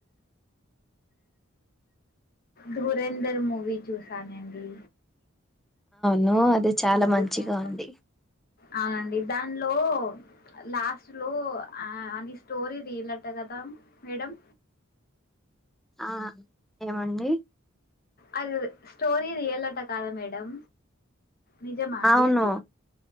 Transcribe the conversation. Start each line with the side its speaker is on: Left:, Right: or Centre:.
Left: ధురేందర్ మూవీ చూసానండి.
Centre: నో
Left: అవును
Centre: అది చాలా
Left: అది
Centre: మంచిగా
Left: చాలా
Centre: ఉంది.
Left: అవునండి దానిలో లాస్ట్ లో ఆ అని స్టోరీ రియల్ అంట కదా మేడం
Centre: ఆ ఏమండి?
Left: అది స్టోరి రియల్ అటా కాదా మేడం నిజమా అండి
Centre: అవును
Left: అది